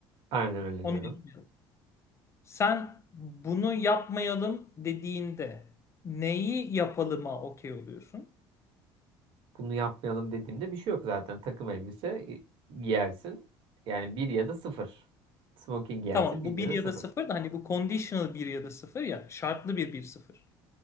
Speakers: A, on the right; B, on the left.
A: Aynen öyle
B: Onu
A: diyorum.
B: yapmayalım. Sen bunu yapmayalım dediğinde neyi yapalıma okey oluyorsun?
A: Bunu yapmayalım dediğimde bir şey yok zaten. Takım elbise gi- giyersin. Yani bir ya da sıfır. Smoking giyersin
B: Tamam
A: bir
B: bu
A: ya
B: bir
A: da
B: ya
A: sıfır.
B: da sıfır da hani bu conditional bir ya da sıfır ya şartlı bir bir sıfır.